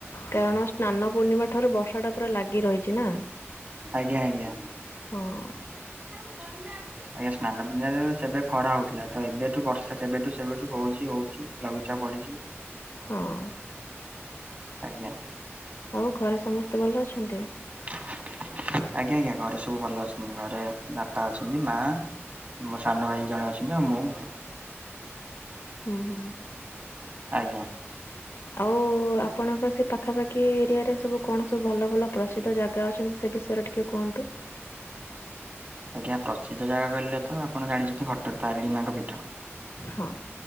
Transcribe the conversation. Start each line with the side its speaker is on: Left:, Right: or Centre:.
Left: କାରଣ ସ୍ନାନ ପୂର୍ଣ୍ଣିମା ଠାରୁ ବର୍ଷା ଟା ପୁରା ଲାଗି ରହିଛି ନା?
Right: ଆଜ୍ଞା ଆଜ୍ଞା।
Left: ହଁ।
Right: <unintelligible> ଆଜ୍ଞା ସ୍ନାନ ପୁର୍ଣ୍ଣିମା ଯେବେ ସେବେ ଖରା ହଉଥିଲା ତ ଏବେଠୁ ବର୍ଷା ସେବେଠୁ ସେବେଠୁ ହଉଛି ହଉଛି ଲଘୁଚାପ ବଢ଼ିଛି।
Left: ହଁ।
Right: ଆଜ୍ଞା।
Left: ଆଉ ଘରେ ସମସ୍ତେ ଭଲ ଅଛନ୍ତି।
Right: ଆଜ୍ଞା ଆଜ୍ଞା ଘରେ ସବୁ ଭଲ ଅଛନ୍ତି ଘରେ ବାପା ଅଛନ୍ତି ମା- ମୋ ସାନ ଭାଇ ଜଣେ ଅଛନ୍ତି ଆଉ ମୁଁ।
Left: ହୁଁ ହୁଁ ହୁଁ।
Right: ଆଜ୍ଞା।
Left: ଆଉ ଆପଣଙ୍କ ସେ ପାଖାପାଖି ଏରିଆ ରେ ସବୁ କଣ ସବୁ ଭଲ ଭଲ ପ୍ରସିଦ୍ଧ ଜାଗା ଅଛନ୍ତି ସେ ବିଷୟରେ ଟିକେ ଟିକେ କୁହନ୍ତୁ।
Right: ଆଜ୍ଞା ପ୍ରସିଦ୍ଧ ଜାଗା କହିଲେ ତ ଆପଣ ଜାଣିଛନ୍ତି ଘଟ ତାରିଣୀ ମାଙ୍କ ପୀଠ।
Left: ହଁ।